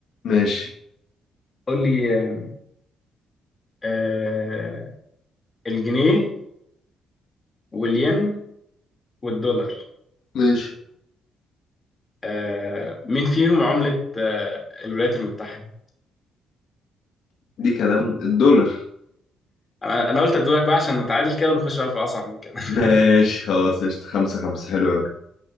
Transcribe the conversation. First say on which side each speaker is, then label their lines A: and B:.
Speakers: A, on the left; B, on the left.
A: ماشي
B: قول لي آه آه، الجنيه والين والدولار
A: ماشي
B: آه مين فيهم عملة آه الولايات المتحدة
A: دي كلام الدولار
B: أنا أنا قلت أدولك بقى عشان نتعادل كده ونخش بقى في أصعب من كده
A: ماشي
B: <laughs>
A: خلاص قشطة خمسة خمسة حلو أوي